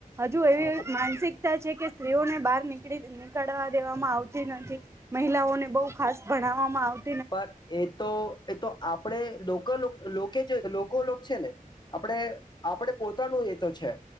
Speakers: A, on the right; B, on the left.
A: હજુ એવી
B: હા
A: માનસિક છે કે સ્ત્રીઓને બહાર નીળ નીકળવા દેવામાં આવતી નથી. મહિલાઓને બહ ખાસ ભ નાવામાં આવ
B: પણ એ તો એ તો આપણે <inaudible> જે લોકો છે ને આપણે આપડે પોતાનું એ તો છે